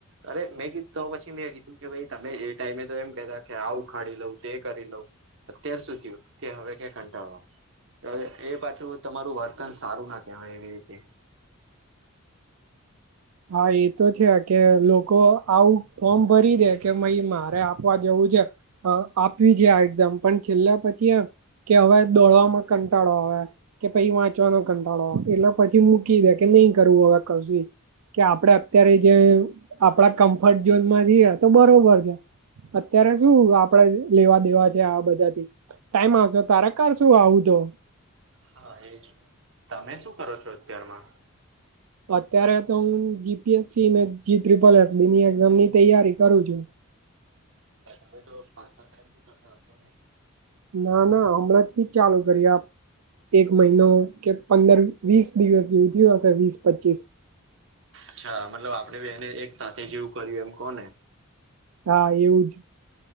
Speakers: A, on the right (about 60°); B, on the right (about 85°).
A: અરે મેં કીધું તો પછી મેં કીધું કે ભઈ તમે એટ ટાઈમે તો એમ કતા કે આવ ઉખાડી લઉં તે કરી લઉ અત્યાર સુું થયું કે હવે, કે કંટાળવા તો એ પાછું તમારું વર્તન સારું ના કહેવાય એવી રીતે
B: હા એ તો છે કે લોકો આવું ફોર્મ ભરી દે કે મઇ મારે આપવા જવું છે. આપ્યું છે આ એક્ઝામ પણ છેલ્લે પછી એમ કે હવે દોડવામાં કંટાળો આવે કે પછી વાંચવાનો કંટાળો એટલે પછી મૂકી દે કે નહી, કરવું હવે કશું કે આપડે અત્યારે જે આપડા કમ્ફર્ટ ઝોનમાં જઈએ તો બરોબર છે. અત્યારે શું આપડે લેવા દેવા છે. આ બધાથી ટાઈમ આવશેો તારા કાર શું આવું તો
A: હા, એજ તમે શું કરો છો અત્યારમાં?
B: અત્યારે તો હું જીપીએસસી જી તિપલ એસ બીની એક્ઝામ ની તૈયારી કરું છું
A: તમે તો ખાસ કથી કરતા હશો ને
B: ના ના હમણાં થી જ ચાલુ કરી આપ એક મહિનો કે પંદર વીસ દિવસની ઉજ્યું હશે વીસ પચીસ
A: અચ્છા મતલબ આપણેેી એને એક સાથે જેવું કર્યું એમ કોને
B: હા એવું જ.